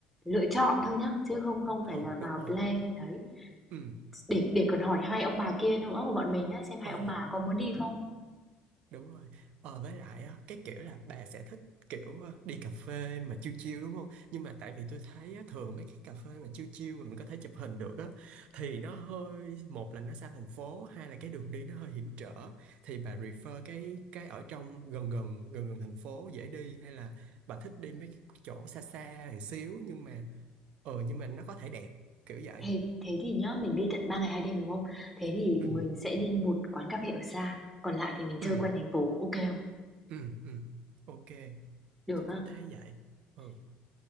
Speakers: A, in the centre; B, on the right.
A: lựa chọn thôi nhá, chứ không không phải
B: ừ
A: là
B: đúng
A: vào
B: rồi
A: plan, đấy.
B: ừ
A: Để để còn hỏi hai ông bà kia nữa của bọn mình á, xem hai
B: ờ
A: ông bà có muốn đi không.
B: đúng rồi ờ, với lại á, cái kiểu là bà sẽ thích kiểu ờ, đi cà phê mà chill chill đúng không nhưng mà tại vì tôi thấy á, thường mấy cái cà phê mà chill chill mà mình có thể chụp hình được á thì nó hơi một là nó xa thành phố hai là cái đường đi nó hơi hiểm trở thì bà refer cái cái ở trong gần gần gần gần thành phố dễ đi hay là bà thích đi mấy cái chỗ xa xa một xíu nhưng mà ờ nhưng mà nó có thể đẹp kiểu vậy
A: Thế thế thì nhá, mình đi tận 3 ngày 2 đêm, đúng không? Thế thì
B: ừ
A: mình sẽ đi một quán cà phê ở xa, còn lại thì mình chơi
B: ừ
A: quanh thành phố, ok không?
B: ừ ừ ok
A: Được
B: tôi cũng
A: á.
B: thấy vậy ừ